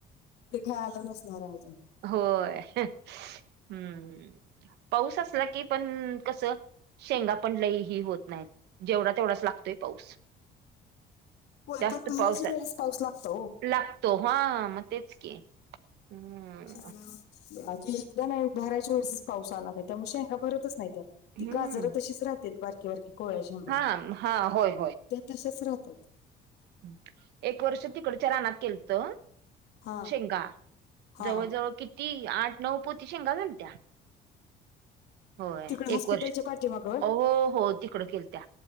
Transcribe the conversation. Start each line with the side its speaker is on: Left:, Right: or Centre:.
Left: ते खायला नसणार आहे अजून
Right: होय हें हम् पाऊस असला की पण कसं शेंगा पण लई ही होत नाहीत जेवढा तेवढाच लागतोय पाऊस
Left: होय
Right: जास्त
Left: पण भरायच्या
Right: पाऊस
Left: वेळेस पाऊस लागतोय हो
Right: लागतो हा मग तेच की हम्म
Left: नाही ग अगदी एकदा नाही भरायच्या वेळेसच पाऊस आला नाही त्यामुळे शेंगा भरतच नाही त्या
Right: हम्म
Left: ती गाजरं तशीच राहतात बारकी बारकी कोवळ्या शेंगा
Right: हा हा होय
Left: त्या तशाच राहतात
Right: ह एक वर्ष तिकडच्या रानात केलतं
Left: हा
Right: शेंगा
Left: हा
Right: जवळजवळ किती आठ नऊ पोती शेंगा झालत्या होय
Left: तिकडे हॉस्पिटलच्या
Right: एक वर्ष
Left: पाठीमाग होय
Right: अ हो हो तिकडं केलत्या